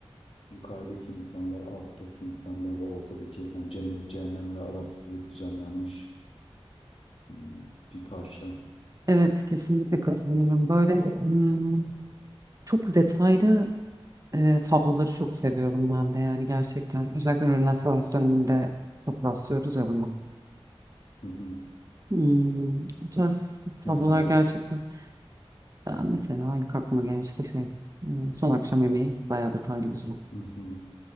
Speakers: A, on the left; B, on the right.
A: yukarıdaki insanlar, alttaki insanlar ve ortadaki yani cennet, cehennem ve araf gibi düzenlenmiş hmm, bir parça.
B: evet kesinlikle katılıyorum. Böyle hmm, çok detaylı e, tabloları çok seviyorum ben de yani gerçekten. Özellikle Rönesans döneminde çok rastlıyoruz ya buna.
A: Hı hı.
B: Hmm, bu tarz tablolar
A: Mesela.
B: gerçekten. Ben mesela ilk aklıma gelen işte şey hmm, son akşam yemeği bayağı detaylı güzel.
A: Hı hı.